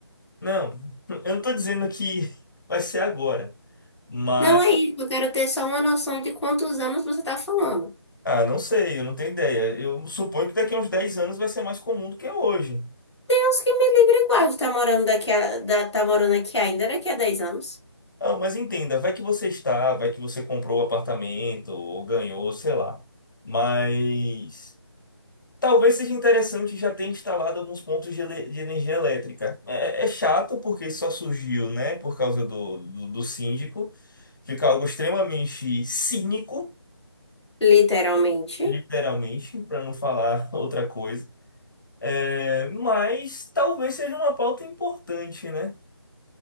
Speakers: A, on the left; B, in the centre.
A: não, <laughs> eu não tô dizendo que <laughs> vai ser agora, mas
B: Não é isso, eu quero ter só uma noção de quantos anos você tá falando.
A: ah, não sei, eu não tenho ideia. Eu suponho que daqui a uns 10 anos vai ser mais comum do que é hoje.
B: Deus que me livre e guarde, tá morando daqui a, da- tá morando aqui ainda daqui a dez anos.
A: Ah, mas entenda, vai que você está, vai que você comprou o apartamento ou ganhou, sei lá. Mas talvez seja interessante já ter instalado alguns pontos de, ele- de energia elétrica. É, é é chato porque só surgiu, né, por causa do, do, do síndico. Fica algo extremamente cínico,
B: Literalmente.
A: literalmente, para não falar <laughs> outra coisa. É, mas talvez seja uma pauta importante, né?